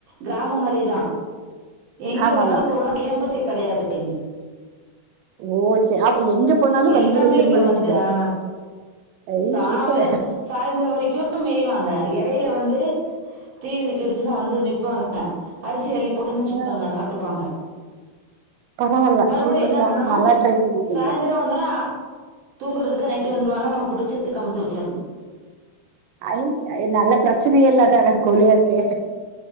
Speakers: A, on the right; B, on the right.
A: கிராம மாரிதா எங்கே
B: ஆமாமா
A: வேணாலு போலா கேம்பசே கெடையாது எங்களுக்கு
B: ஓ சே எங்க போனாலு
A: எல்லாமே
B: வந்துரு திரும்ப
A: இங்க
B: வீட்டுக்கு
A: வந்து அ
B: ஐ
A: தானாவே
B: சூப்பரு
A: சாய்ந்தர வரைக்கு மேய்வாங்க எடையில வந்து திவிதி கேட்டுச்சுன்னா வந்து நிப்பாங்க அரிசி அள்ளி போட்டோன் வச்சுக்கோங்க
B: ஆ
A: சாப்ட்டுக்குவாங்க
B: பரவால்ல
A: மறுபடி
B: சூப்பர்
A: என்ன
B: தா
A: பண்ணணு
B: நல்லா ட்ரெயின் பண்ணிருக்கீங்க
A: சாயந்தர வந்தன தூங்கறதுக்கு நைட்டு வந்துருவாங்க நம்ம புடிச்ச கமத்தி வச்சிருணு
B: அய் நல்ல பிரச்சனயே இல்லாத கோழியா இருக்கே